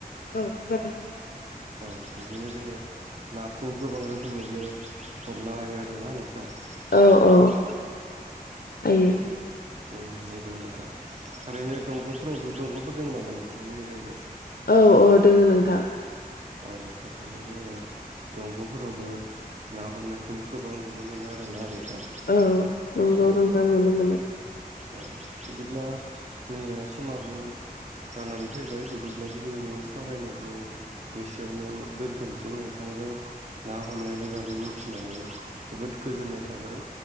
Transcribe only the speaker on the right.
औ बिदिनो जोङो नाखौ गोबां रोखोमैनो हमनो हायो आरोना नोंथां।
ओ
बे अम नंगौ नोंथां थारैनो दंग'फोरावबो दंग'फोर दं नामा नोंथांमोननि जायगायाव?
औ बिदिनो जोङो दंग'फोरावबो ना हमनायखौ गोबां नुनो मोनो आरोना नोंथां
औ।
औ बिदिब्ला जोंनिया समाबो जानानै फैबाय बिदिब्ला दिनैनि सावरायनायखौ एसेयावनो दोनथ'सै नोंथांजों ना हमनायनि बागै मिथिनानै जोबोद गोजोननाय थाबाय।